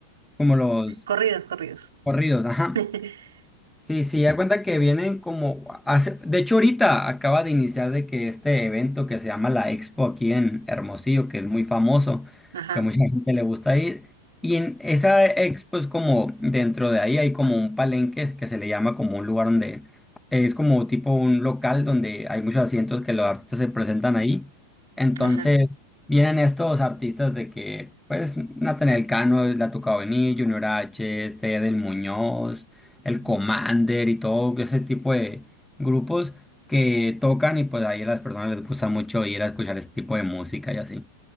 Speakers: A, in the centre; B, on the right (about 65°).
A: como los
B: Corridos, corridos.
A: corridos, ajá.
B: <laughs>
A: Sí, sí, Ya cuenta que vienen como hace- de hecho ahorita acaba de iniciar de que este evento que se llama la Expo aquí en Hermosillo, que es muy famoso,
B: Ajá,
A: que a mucha gente le gusta ir, y en esa Expo es como dentro de ahí hay como un palenque que se le llama como un lugar donde es como tipo un local donde hay muchos asientos que los artistas se presentan ahí. Entonces
B: ajá.
A: vienen estos artistas de que pues Natanael Cano le ha tocado venir, Junior H, este Edel Muñoz el
B: Ujú.
A: Commander y todo ese tipo de grupos que tocan y pues ahí a las personas les gusta mucho ir a escuchar este tipo de música y así.